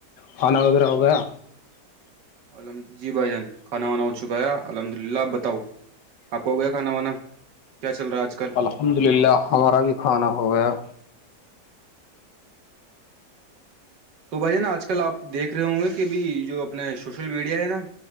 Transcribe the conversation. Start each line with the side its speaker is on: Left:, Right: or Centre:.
Left: کھانا وغیرہ ہو گیا
Right: الم جی بھائی جان کھانا وانا ہو چکا الحمد للہ بتاؤ آپ کو ہو گیا کھانا وانا کیا چل رہا ہے آج کل
Left: الحمد للہ ہمارا بھی کھانا ہو گیا
Right: تو بھائی نا آج کل آپ دیکھ رہے ہوں گے کہب جو اپنے سوشل میڈیا ہے نا